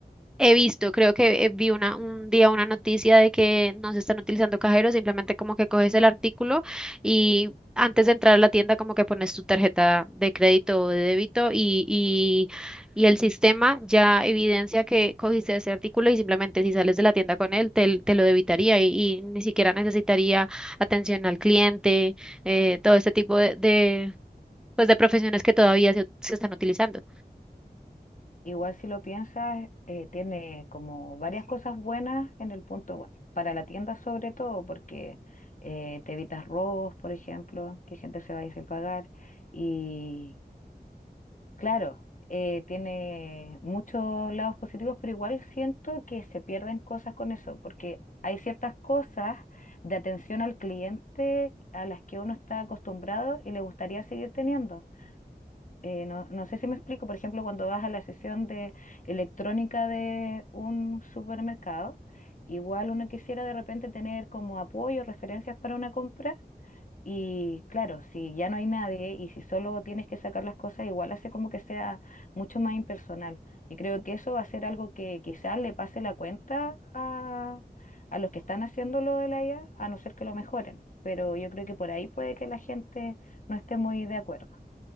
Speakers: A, in the centre; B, on the left.
A: He visto, creo que eh, vi una, un día una noticia de que no se están utilizando cajeros, simplemente como que coges el artículo y antes de entrar a la tienda como que pones tu tarjeta de crédito o de débito y, y, y el sistema ya evidencia que cogiste ese artículo y simplemente si sales de la tienda con él te, te lo debitaría y, y ni siquiera necesitaría atención al cliente, eh, todo este tipo de, de, pues, de profesiones que todavía se se están utilizando.
B: Igual si lo piensas, eh, tiene como varias cosas buenas en el punto, bueno, para la tienda sobre todo, porque eh, te evitas robos, por ejemplo, que gente se vaya sin pagar, y Claro, eh, tiene muchos lados positivos, pero igual siento que se pierden cosas con eso, porque hay ciertas cosas de atención al cliente a las que uno está acostumbrado y le gustaría seguir teniendo. Eh, no, no sé si me explico, por ejemplo, cuando vas a la sesión de electrónica de un supermercado, igual uno quisiera de repente tener como apoyo, referencias para una compra y claro, si ya no hay nadie y si solo tienes que sacar las cosas, igual hace como que sea mucho más impersonal. Y creo que eso va a ser algo que quizás le pase la cuenta a, a los que están haciendo lo de la IA, a a no ser que lo mejoren. Pero yo creo que por ahí puede que la gente no esté muy de acuerdo.